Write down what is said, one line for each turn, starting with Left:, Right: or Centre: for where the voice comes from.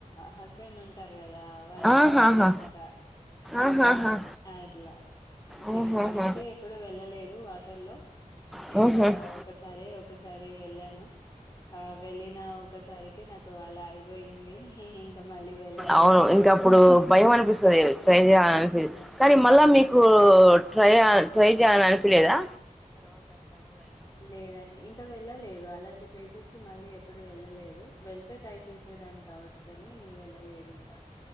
Left: హస్బెండ్ ఉంటారు కదా వాళ్ళు వచ్చారన్నమాట
Centre: ఆహాహా ఆహాహా
Left: అట్లా.
Centre: ఓహోహో!
Left: చిన్నప్పటి నుంచి ఎప్పుడు వెళ్ళలేదు వాటర్ లో
Centre: హుహు.
Left: ఇంకా
Centre: ఇట్లా
Left: ఒకసారి ఒకసారి వెళ్ళాను ఆ వెళ్ళిన ఒకసారికే నాకు అలా అయిపోయింది ఇంకా మళ్ళీ వెళ్ళలేదు
Centre: అవును ఇంకా అప్పుడు భయం అనిపిస్తది ట్రై చేయాలనిపి
Left: అవును
Centre: కానీ మళ్ళా
Left: హ్మ్.
Centre: మీకు ఓ ఓ ట్రైయా ట్రై చేయాలని అనిపీలేదా
Left: లేదండి ఇంకా వెళ్ళలేదు అలాంటి ప్లేసెస్ మళ్ళీ ఎప్పుడూ ఎళ్ళలేదు వెళ్తే ట్రై చేసేదాన్ని కావచ్చు గానీ వెళ్ ల్ల లేదు ఇంకా